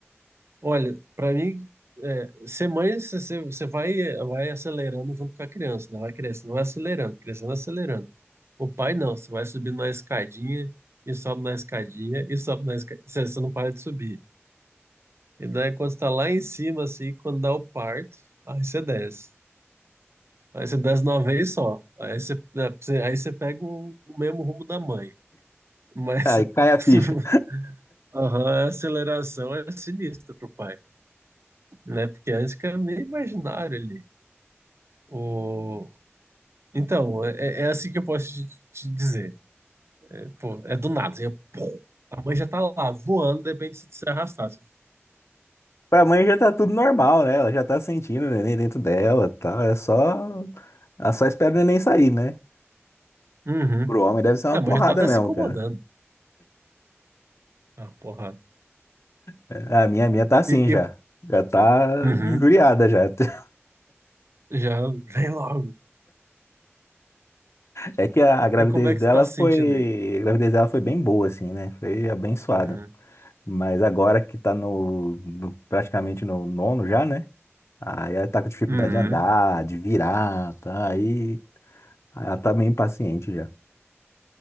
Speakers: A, on the right (about 65°); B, on the left (about 70°).
A: Olha, para mim, é, ser mãe, você, você você vai, vai acelerando junto com a criança, né? Vai crescendo, vai acelerando, crescendo, acelerando. O pai não, você vai subindo na escadinha, e sobe na escadinha, e sobe na escadinha, você, você não para de subir. E daí quando você tá lá em cima, assim, quando dá o parto, aí você desce. Aí você desce de uma vez só. Aí você, é, você- aí você pega o, o mesmo rumo da mãe. Mas
B: Aí cai a
A: <laughs>
B: ficha.
A: aham, a aceleração é sinistra pro pai, né? Porque antes que era meio imaginário ali. O... Então, é, é é assim que eu posso te, te dizer. Pô, é do nada. assim, é pô. a mãe já tá lá voando, de repente se se arrastasse.
B: Pra mãe já tá tudo normal, né? Ela já tá sentindo o neném dentro dela, tal. É só. Ela só espera o neném sair, né?
A: Uhum.
B: Pro homem deve ser uma
A: A mãe
B: porrada
A: já tá até
B: mesmo,
A: se incomodando.
B: cara.
A: Ah, porra.
B: É, A minha, a minha tá assim
A: E,
B: já.
A: e-
B: Já tá
A: uhum.
B: injuriada já. <laughs>
A: Já vem logo.
B: É que a, a gravidez
A: E como é que
B: dela
A: você tá se sentindo
B: foi.
A: aí?
B: A gravidez dela foi bem boa, assim, né? Foi abençoada.
A: Uhum.
B: Mas agora que tá no, no- praticamente no nono já, né? Aí ela tá com dificuldade
A: Uhum.
B: de andar, de virar, tá? Aí ela tá meio impaciente já.